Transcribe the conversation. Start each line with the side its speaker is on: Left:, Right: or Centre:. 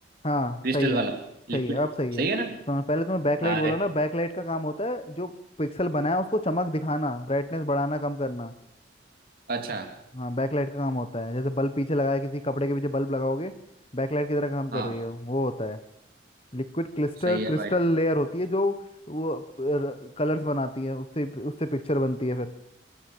Left: हाँ
Right: क्रिस्टल
Left: सही है
Right: वाला लिक्विड
Left: सही है अब सही
Right: सही
Left: है तो
Right: है ना
Left: पहले तुम्हें बैकलाइट
Right: अरे
Left: बोला ना बैकलाइट का काम होता है जो पिक्सल बनाया उसको चमक दिखाना ब्राइटनेस बढ़ाना कम करना
Right: अच्छा
Left: हाँ बैकलाइट का काम होता है जैसे बल्ब पीछे लगाया किसी कपड़े के पीछे बल्ब लगाओगे बैकलाइट की तरह काम कर
Right: हाँ
Left: रही है वो होता है लिक्विड क्लिस्टर
Right: सही है
Left: क्रिस्टल
Right: भाई
Left: लेयर होती है जो वो कलर्स बनाती है उससे उससे पिक्चर बनती है फिर